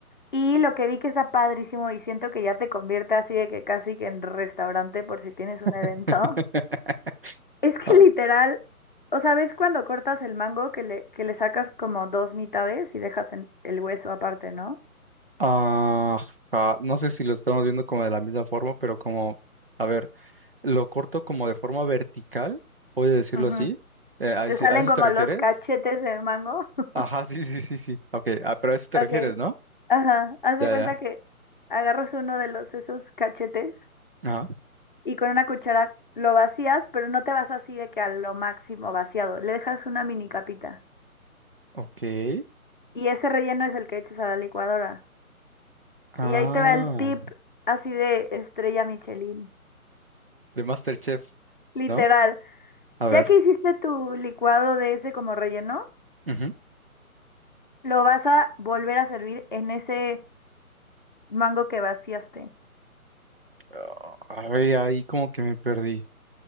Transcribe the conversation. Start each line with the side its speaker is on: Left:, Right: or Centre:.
Left: Y lo que vi que está padrísimo y siento que ya te convierte así de que casi que en restaurante por si tienes un evento.
Right: <laughs>
Left: Es que
Right: Ah,
Left: literal, o sea, ¿ves cuando cortas el mango que le, que le sacas como dos mitades y dejas en- el hueso aparte, ¿no?
Right: Ajá, no sé si lo estamos viendo como de la misma forma, pero como, a ver, lo corto como de forma vertical, voy a decirlo
Left: Ujú.
Right: así. Eh, ¿a,
Left: Te
Right: ese-
Left: salen
Right: a eso
Left: como
Right: te refieres?
Left: los cachetes del mango. <laughs>
Right: Ajá, sí, sí, sí, sí. Ok, ah, pero a eso te
Left: Ok.
Right: refieres, ¿no?
Left: Ajá. Haz
Right: Ya,
Left: de cuenta
Right: ya.
Left: que agarras uno de los esos cachetes
Right: Ajá,
Left: y con una cuchara lo vacías, pero no te vas así de que a lo máximo vaciado. Le dejas una mini capita.
Right: ok.
Left: Y ese relleno es el que echas a la licuadora.
Right: Ah,
Left: Y ahí te va el tip así de estrella Michelin.
Right: de MasterChef,
Left: Literal.
Right: ¿no? A ver.
Left: Ya que hiciste tu licuado de ese como relleno,
Right: ujú.
Left: lo vas a volver a servir en ese mango que vaciaste.
Right: Ah, Ay, ahí como que me perdí.